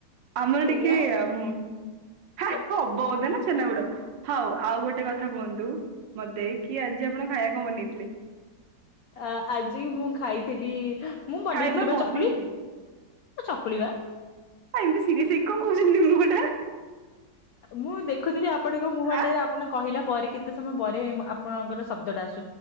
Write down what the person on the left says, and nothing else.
ସେଇଆ
ଓ
ଅ ଆଜି ମୁଁ ଖାଇଥିଲି ହାଁ ମୁଁ ବନେଇଥିଲି
ବା
ଚକୁଳି ଚକୁଳିିବା
ମୁଁ ଦେଖୁଥିଲି ଆପଣଙ୍କ ମୁହଁ
ଟା ଆପଣ କହିଲା ପରେ କେତେ ସମୟ ପରେ ଆପଣଙ୍କର ଶବ୍ଦଟା ଆସୁ